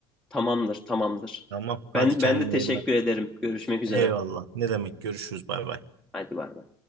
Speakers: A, in the centre; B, on the right.
A: Tamamdır, tamamdır.
B: Tamam. Hadi
A: Ben
B: kendine
A: ben de teşekkür
B: iyi bak.
A: ederim. Görüşmek üzere.
B: Eyvallah. Ne demek? Görüşürüz. Bay bay.
A: Hadi bay bay.